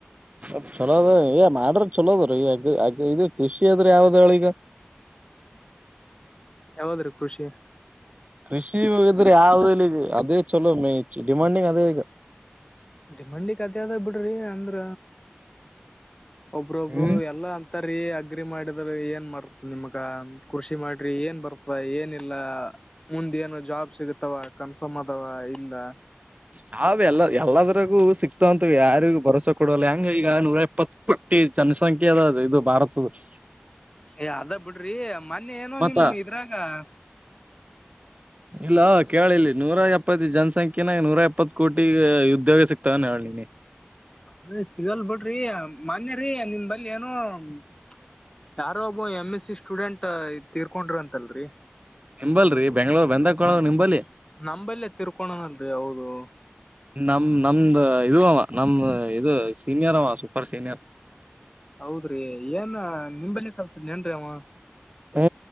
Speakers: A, on the right; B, on the left.
A: ಸಲ್ಪ ಚಲೋದ ಏ ಮಾಡಿದರ ಚಲೋ ಅದರೀ ಅದ ಇದು ಕೃಷಿ ಅದ್ರ ಯಾವ್ದಾಳಿ ಈಗ <inaudible>
B: ಯಾವದರಿ ಕೃಷಿ. <inaudible>
A: ಕೃಷಿ ಇವಾಗ ಇದ್ದರ ಯಾವುದು ಅದೇ ಚಲೋ ಮೇ ಚ್ಚಿಟಮನಿಗ ಅದೇ ಈಗ <inaudible>
B: ಈ ಮನಿಗ ಅದೇ ಅದ ಬಿಡರಿ ಅಂದರ ಒಬ್ರೊಬ್ರು
A: ಹ್ಮ್
B: ಎಲ್ಲಾ ಅಂತ <inaudible> ಇದೇರಿ ಅಗ್ರಿ ಮಾಡಿದ್ರ ಏನ್ ಮಾಡ್ತ ನಿಮ್ಮ ಮಗಾ ಕೃಷಿ ಮಾಡ್ರಿ ಏನ್ ಬರ್ತ ಏನಿಲ್ಲಾ? <inaudible> ಮುಂದ ಏನು ಜಾಬ್ ಸಿಗತಾವ ಕನ್ಫರ್ಮ್ ಅದಾವ ಇಲ್ಲ? <inaudible>
A: ಜಾಬ್ ಎಲ್ಲ ಎಲ್ಲದರಗು ಸಿಕ್ತಾವಂತ ಯಾರಿಗು ಭರೋವಸೇ ಕೊಡಲ್ಲ ಹೆಂಗ ಈಗ ನೂರ ಎಪ್ಪತ್ತು <inaudible> ಈ ಜನಸಂಖ್ಯೆ ಅದ ಇದು ಭಾರತದ <inaudible>
B: ಏ ಅದ ಬಿಡ್ರಿ ಮೊನ್ನೆ ಏನೋ
A: ಮತ್ತ
B: ನಿಮ್ಮ ಇದ್ರಾಗ <inaudible>
A: ಇಲ್ಲ ಕೇಳಿಲ್ಲಿ ನೂರ ಎಪ್ಪತ್ ಜನಸಂಖ್ಯೆನ ನೂರ ಎಪ್ಪತ್ತು ಕೋಟಿ ಉದ್ಯೋಗ ಸಿಕ <inaudible> ತ್ತ ನಾ ಹೇಳಿನಿ. <inaudible>
B: ನೀವ ಸಿಗಲ್ ಬಿಡ್ರಿ ಮೊನ್ನೆರಿ ನಿಮ್ಮ ಬಲ್ಲಿ ಏನೋ? <inaudible> ಯಾರೋ ಒಬ್ಬ ಎಂ ಎಸ್ ಸಿ ಸ್ಟೂಡೆಂಟ್ ತೀರ್ಕೊಂಡ್ರಿ ಅಂತಲ್ರರಿ. <inaudible>
A: ನಿಂಬಲ್ರಿ ಬೆಂಗ್ಗಳೂರು ಬೆಂದಕ್ಕಳ ನಿಂಬಲ್ಲಿ. <inaudible>
B: ನಂಬಲ್ಲೇ ತಿರ್ಕೊನಡರಾಲ್ರರಿ ಹೌದು? <inaudible>
A: ನಮ್ಮ ನಮ್ದು ಇದು ಅವ ಅವ ನಮ್ಮ ಇದು ಸೀನಿಯರ್ ಅವ ಸೂಪರ್ ಸೀನಿಯರ್ <inaudible>
B: ಹೌದರಿ ಏನ್ ನಿಂಬಲ್ಲಿ ಕಲಿತಿದ್ದ ಏನ್ ರಿ ಅವ <inaudible>
A: ಹೂ